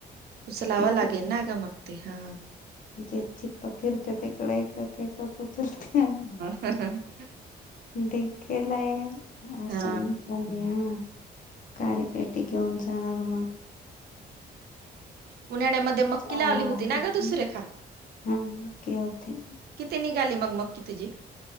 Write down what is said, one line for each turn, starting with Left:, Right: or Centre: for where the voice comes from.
Right: उचलावं
Left: हम्म.
Right: लागेल ना ग
Left: <unintelligible>
Right: मग ते हा.
Left: जिकड फिरते तिकडे ऐकक ऐकक उचलते हि
Right: हा हा ह.
Left: डे केलय वासंत
Right: हा
Left: बिहान काडे पेटी घेऊन जाणार मग.
Right: उन्हाळ्या मध्ये मक्की
Left: जावं
Right: लावली
Left: लागल
Right: होती ना ग तू सुरेखा.
Left: हा मक्की होती
Right: किती निघाली मग मक्की तुझी.